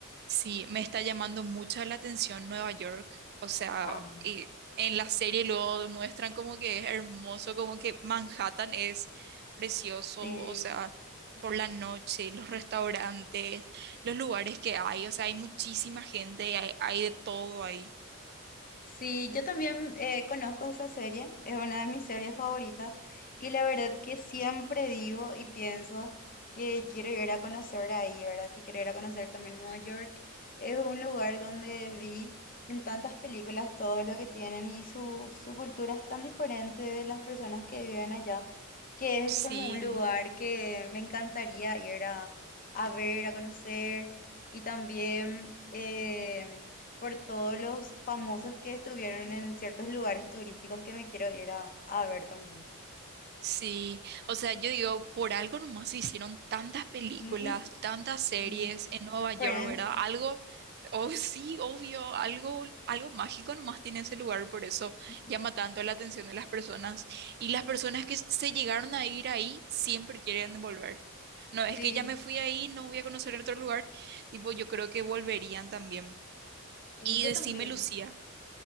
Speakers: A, on the right; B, on the left.
A: Sí, me está llamando mucho la atención Nueva York. O sea,
B: Ah.
A: y en la serie luego demuestran como que es hermoso, como que Manhattan es precioso,
B: Sí,
A: o sea, por la noche, los restaurantes, los lugares que hay, o sea, hay muchísima gente, hay, hay de todo ahí.
B: sí, yo también eh, conozco esa serie, es una de mis series favoritas y la verdad que siempre digo y pienso que quiero ir a conocer ahí, ¿verdad? Que quiero ir a conocer también Nueva York. Es un lugar donde vi en tantas películas todo lo que tienen y su, su cultura es tan diferente de las personas que viven allá, que es
A: Sí.
B: como un lugar que me encantaría ir a, a ver, a conocer y también... em, por todos los famosos que estuvieron en ciertos lugares turísticos que me quiero ir a, a ver también.
A: Sí, o sea, yo digo, por algo nomás se hicieron tantas películas,
B: Ujú.
A: tantas series
B: Sí.
A: en Nueva York,
B: Friends,
A: ¿verdad? Algo, oh sí, obvio, algo, algo mágico nomás tiene ese lugar, por eso
B: Ujú.
A: llama tanto la atención de las personas. Y las personas que se llegaron a ir ahí siempre quieren volver. No, es
B: sí,
A: que ya me fui ahí, no voy a conocer otro lugar. Tipo, yo creo que volverían también.
B: Sí,
A: Y
B: yo
A: decime,
B: también.
A: Lucía.